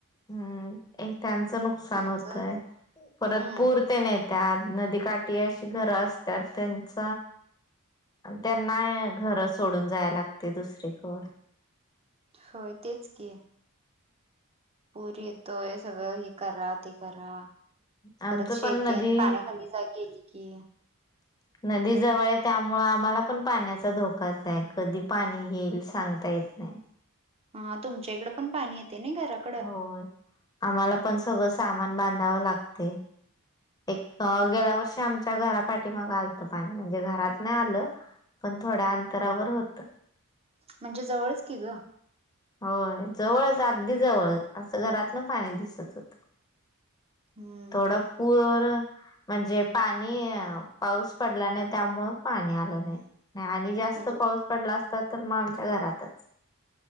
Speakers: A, on the left (about 20°); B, on the right (about 25°).
A: हम्म एक त्याचं नुकसान
B: त्यांच
A: होतय परत
B: हम्म
A: पूर ते नेत्यात, नदीकाठी अशी घरं असतात त्यांच त्यांना घरं सोडून जायाय लागतंय दुसरीकड.
B: होय, तेच की पूर येतोय सगळं हे करा, ते करा,
A: आमचं
B: परत शेती
A: पण नदी
B: आणि पाण्याखाली काय गेली कि
A: नदी जवळ हाय त्यामुळ आम्हाला पण पाण्याचा धोकाच हाय कधी पाणी येईल सांगता येत नाही.
B: हा तुमच्या इकड पण पाणी येतय नी घरात.
A: होय, आम्हाला पण सगळं सामान बांधावं लागतय. एक पाव
B: होय.
A: गेल्या वर्षी आमच्या घरापाठी माग आलत पाणी म्हणजे घरात नाही आलं पण थोड्या अंतरावर होतं.
B: म्हणजे जवळच की ग.
A: होय, जवळच अगदी जवळ असं घरात न पाणी दिसत होतं
B: हम्म
A: थोडा पुर म्हणजे पाणी पाऊस पडला नाही त्यामुळ पाणी आलं नाही. नाही आणि जास्त
B: म्हणजे
A: पाऊस पडला असता तर मग आमच्या घरातच.